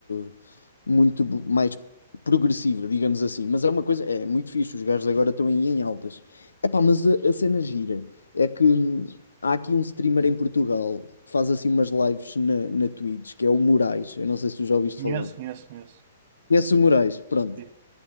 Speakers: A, on the left; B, on the right.
A: eh, muito bo- mais progressiva, digamos assim. Mas é uma coisa, é muito fixe, os gajos agora estão aí em altas. Epá, mas a, a cena gira é que hum, há aqui um streamer em Portugal que faz assim umas lives na, na Twitch, que é o Moraes. Eu não sei se tu já ouviste
B: Conheço,
A: falar.
B: conheço, conheço.
A: Conhece o Moraes? Pronto.
B: Sim.